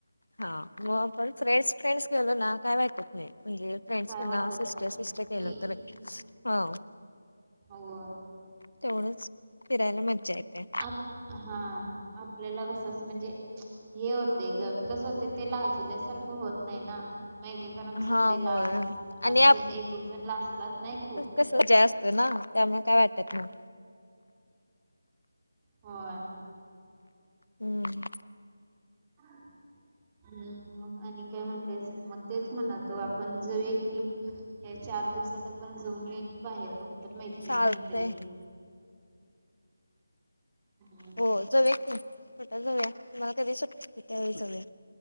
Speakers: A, on the left; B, on the right.
A: हा मग आपण फ्रेंड्स फ्रेंड्स गेलो ना काय वाटत नाही म्हणजे फ्रेंड्स
B: काय
A: पण
B: वाटत
A: सिस्टर
B: नाही
A: सिस्टर केलं
B: की
A: तर हो
B: हो'
A: तेवढच फिरायला मज्जा येते
B: आप हा आपल्याला कस अस म्हणजे हे होते ग कस होते ते लाजल्यासारखं होत नाही ना म कना कसं
A: हा
B: होते
A: होय
B: लाज
A: आणि
B: असं एक एक जण लाजतात नाही खूप
A: कसजय असतो ना त्यामुळे काय वाटत नाही
B: हो
A: हम्म
B: हम्म मग आणि काय म्हणतेच मग तेच म्हणात तो आपण जाऊ कि चार दिवसात आपण जाऊन ये की बाहेर कुठ तर मैतिणी
A: चालतय
B: मैत्रिणी हम्म
A: हो जाऊया कट जाऊया तुम्हाला कधी सुट त्यावेळी जाऊया